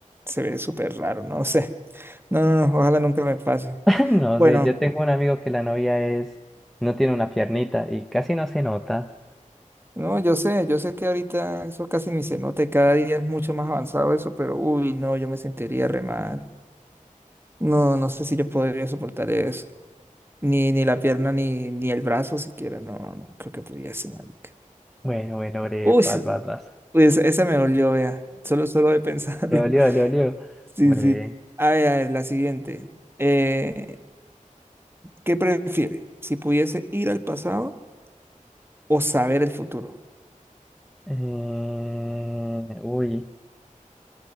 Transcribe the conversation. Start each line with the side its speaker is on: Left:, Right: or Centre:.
Right: se ve súper raro, no sé. No, no, no, ojalá nunca me pase.
Centre: <laughs> No
Right: Bueno,
Centre: sé, yo tengo un amigo que la novia es, no tiene una piernita y casi no se nota.
Right: no, yo sé, yo sé que ahorita eso casi ni se nota y cada día es mucho más avanzado eso, pero uy, no, yo me sentiría re mal. No, no sé si yo podría soportar eso. Ni, ni la pierna, ni, ni el brazo siquiera, no, no creo que pudiese, marica.
Centre: Bueno, bueno, bre,
Right: Uy,
Centre: vas,
Right: sí,
Centre: vas, vas.
Right: uy, esa esa me dolió, vea, solo, solo de pensarlo.
Centre: Le olió,
Right: <laughs>
Centre: le olió.
Right: Sí,
Centre: Hombre.
Right: sí. A ver, a ver, la siguiente. Eh, ¿Qué prefiere? Si pudiese ir al pasado o saber el futuro.
Centre: Eh, uy.